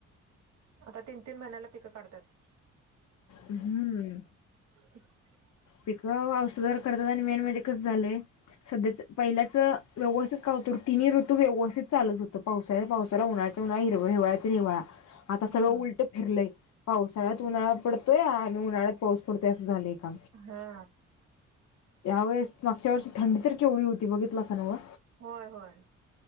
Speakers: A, on the right; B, on the left.
A: आता तीन तीन महिन्याला पिकं काढतात
B: हम्म
A: ह
B: पिक औषधर करतात आणि मेन म्हणजे कस झालेय सध्याचं पहिल्याचं व्यवस्थित काय होतंऋ तिन्ही ऋतू व्यवस्थित चालत होतं पावसा पावसाला उन्हाचचा उन्हा हर हिवाळाचा हिवाळा आता सगळं
A: हम्म
B: उलट फिरलंय पावसाळ्यात उन्हाळा पडत आणि उन्हाळ्यात पाऊस पडते असं झालेय का
A: हा
B: या वेळेस मागच्या वर्षी थंडी तरी केवढी होती बघितलासा ना ग
A: होय होय